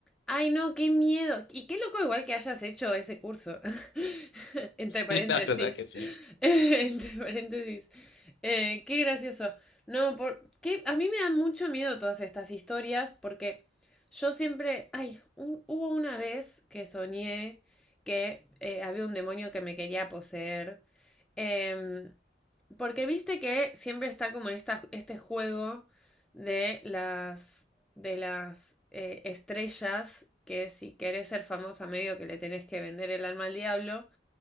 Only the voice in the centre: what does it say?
Ay, no, qué miedo. Y qué loco igual que hayas hecho ese curso. <laughs> Entre
paréntesis.
<laughs> Entre paréntesis. Eh, qué gracioso. No, por, qué- a mí me dan mucho miedo todas estas historias porque yo siempre... Ay, un- hubo una vez que soñé que eh, había un demonio que me quería poseer. Em, porque viste que siempre está como esta, este juego de las de las eh, estrellas que si querés ser famosa medio que le tenés que vender el alma al diablo.